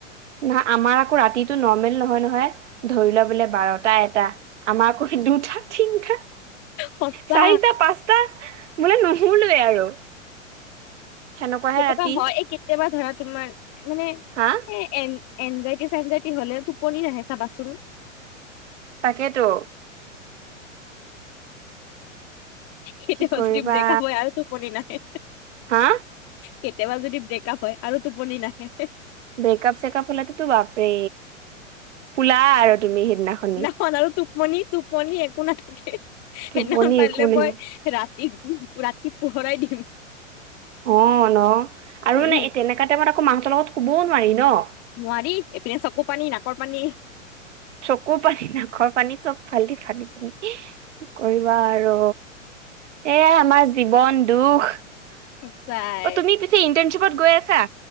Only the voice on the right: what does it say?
নহয় আমাৰ আকৌ ৰাতিটো নৰ্মেল নহয় নহয় ধৰি লোৱা বোলে বাৰটা, এটা আমাৰ আক দুটা, তিনি টা,
চাৰিটা, পাঁচটা বোলে নুশুলোৱে আৰু। সেনেকুৱাহে
ৰাতি
হা
তাকেইতো।
কি কৰিবা
হা
বেকআপ চেকাপ হ'লে টো বাপৰে শুলা আৰু তুমি সেইদিনাখনি।
টোপনি
একো নাই
অ ন আৰু
মানে এ তেনেকা টাইমত আকৌ মাহঁতৰ লগত শুবও নোৱাৰি ন।
চকু পানী, নাকৰ পানী চব ফালি ফালি কি কৰিবা আৰু। এয়াই আমাৰ জীৱন দুখ অ
তুমি পি ইণ্টাৰ্নশ্বিপত গৈ আছা